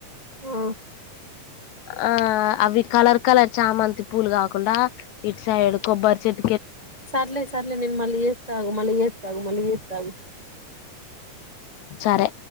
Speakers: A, on the right; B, on the left.
A: ఆ
B: ఆ అవి కలర్ కలర్ చామంతి పూలు కాకుండా ఇటు సైడ్ కొబ్బరి చెట్.
A: సర్లీ సర్లి నిన్ మళ్ళ ఏస్తాగు మళ్ళ చేత ఆగు మళ్ళ ఏస్తాగు.
B: సరే